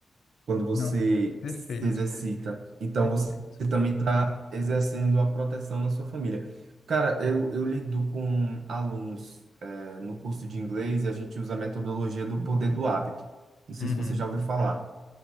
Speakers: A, on the right; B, on the left.
A: quando você
B: não, perfeito,
A: se exercita. Então,
B: perfeito.
A: você também está exercendo a proteção na sua família. Cara, eu, eu lido com alunos, eh, no curso de inglês e a gente usa a metodologia do poder do hábito. Não sei
B: Uhum.
A: se você já ouviu falar.